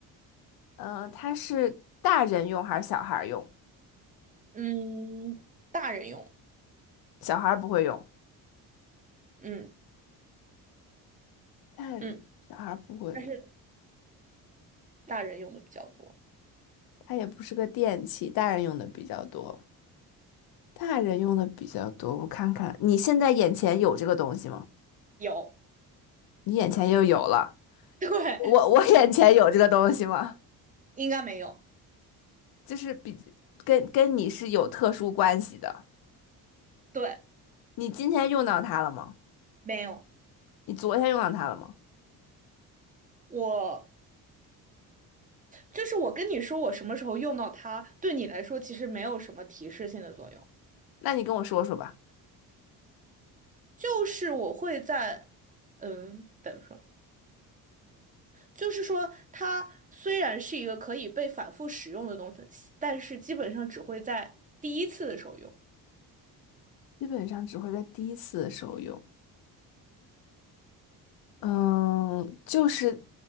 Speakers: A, on the left; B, on the right.
A: 嗯、呃它是大人用还是小孩儿用？
B: 嗯，大人用，
A: 小孩儿不会用，
B: 嗯
A: 大人小孩儿不会用，
B: 嗯，但是大人用的比较多。
A: 它也不是个电器，大人用的比较多。大人用的比较多，我看看，你现在眼前有这个东西吗？
B: 有，
A: 你眼前又有了，
B: <laughs> 对，
A: 我我眼前有这个东西吗？
B: 应该没有，
A: 就是比跟跟你是有特殊关系的。
B: 对，
A: 你今天用到它了吗？
B: 没有。
A: 你昨天用到它了吗？
B: 我就是我跟你说，我什么时候用到它，对你来说其实没有什么提示性的作用，
A: 那你跟我说说吧。
B: 就是我会在，嗯，等说，就是说它虽然是一个可以被反复使用的东西，但是基本上只会在第一次的时候用。
A: 基本上只会在第一次的时候用，嗯，就是